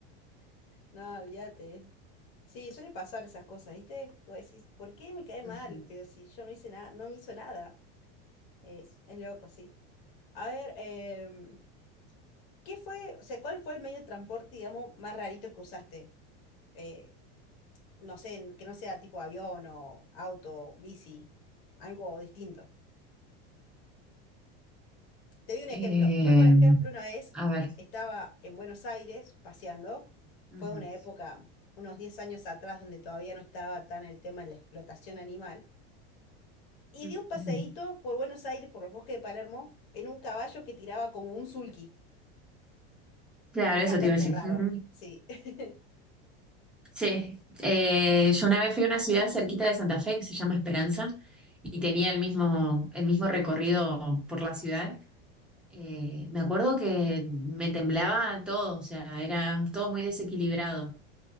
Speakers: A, on the left; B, in the centre.
A: No, olvídate. eh. Sí, suele pasar esas cosas, ¿viste? Como decís, ¿por qué me cae mal?
B: Ujú,
A: Pero si yo no hice nada, no me hizo nada. Es, es loco, sí. A ver, em, ¿qué fue, o sea, cuál fue el medio de transporte, digamos, más rarito que usaste? Eh, no sé, que no sea tipo avión o auto, bici, algo distinto. Te doy un
B: Eh,
A: ejemplo. Yo, por ejemplo, una vez
B: a ver,
A: estaba en Buenos Aires paseando.
B: ujú,
A: Fue una época, unos 10 años atrás, donde todavía no estaba tan el tema de la explotación animal. Y di
B: ujú.
A: un paseíto por Buenos Aires, por los bosques de Palermo, en un caballo que tiraba como un sulky.
B: Claro,
A: Y fue
B: eso
A: bastante
B: te iba a decir.
A: raro.
B: Ujú.
A: Sí. <laughs>
B: Sí. Eh, yo una vez fui a una ciudad cerquita de Santa Fe que se llama Esperanza y tenía el mismo, el mismo recorrido por la ciudad. Eh, me acuerdo que me temblaba todo, o sea, era todo muy desequilibrado.